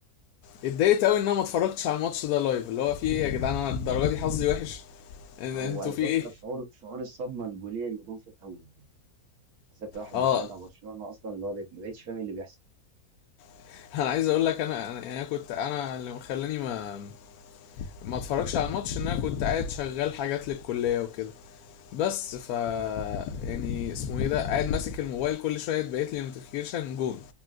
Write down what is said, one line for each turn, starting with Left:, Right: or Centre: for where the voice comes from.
Left: اتضايقت قوي ان انا ما اتفرجتش على الماتش ده لايف اللي هو في ايه يا جدعان انا الدرجة دي حظي وحش ان-
Right: هو
Left: انتوا
Right: الفكره
Left: في ايه
Right: شعور شعور الصدمه الجولين اللي جم في الاول دول بالذات كواحد
Left: اه
Right: بيشجع برشلونه اصلا اللي هو بقيت- ما بقتش فاهم إيه اللي بيحصل
Left: <laughs> انا عايز اقول لك انا انا يعني أنا كنت انا اللي مخلاني ما ما اتفرجش على الماتش ان انا كنت قاعد شغال حاجات للكليه وكده بس ف
Right: آه،
Left: يعني اسمه ايه ده قاعد ماسك الموبايل كل شويه تبعت لي نوتيفيكيشن جون